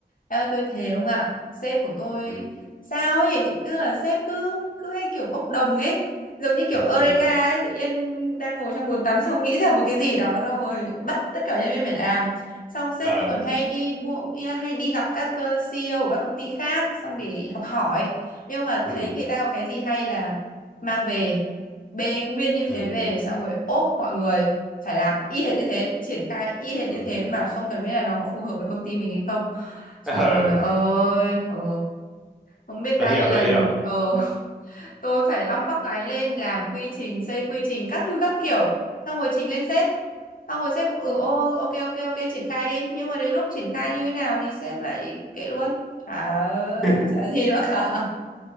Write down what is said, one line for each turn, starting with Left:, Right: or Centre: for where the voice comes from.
Left: theo tôi thề ông ạ sếp của tôi
Centre: ừ ừ
Left: sao ấy tức là sếp cứ cứ hay kiểu bốc đồng ấy giống như kiểu Eureka
Centre: ừ
Left: ấy tự nhiên đang ngồi trong bồn tắm xong nghĩ ra một cái gì đó xong rồi bắt tất cả nhân viên phải làm xong sếp
Centre: Ờ,
Left: tôi còn hay đi mua ý là hay đi gặp các ờ, CEO của các công ty khác xong để học hỏi nhưng mà
Centre: ừ
Left: thấy người ta có cái gì hay là mang về bê nguyên như thế
Centre: ừ
Left: về
Centre: ừ
Left: xong rồi ốp mọi người phải làm y hệt như thế triển khai y hệt như
Centre: ừ.
Left: thế mà không cần biết là nó có phù hợp với công ty mình hay không trời
Centre: Ờ,
Left: ơi ờ, không biết
Centre: tôi
Left: bao
Centre: hiểu
Left: nhiêu lần
Centre: tôi hiểu
Left: ờ, <laughs> tôi phải long tóc gáy lên làm quy trình xây quy trình các thứ các kiểu xong rồi trình lên sếp xong rồi sếp cũng ừ ô ok ok ok triển khai đi nhưng mà đến lúc triển khai như thế nào thì sếp lại kệ luôn chả
Centre: <laughs>
Left: chả gì nữa cả